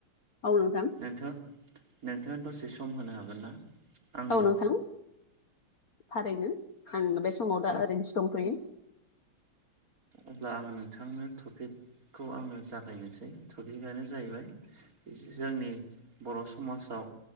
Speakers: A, on the left (about 50°); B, on the right (about 40°).
A: औ नोंथां
B: नोंथां नोंथाङा दसे सम होनो हागोन ना आंनो
A: औ नोंथां थारैनो आं बे समाव दा ओरैनोसो दंथ'यो
B: अब्ला आङो नोंथांनो टपिकखौ आङो जागायनोसै टपिकआनो जाहैबाय जोंनि बर' समाजाव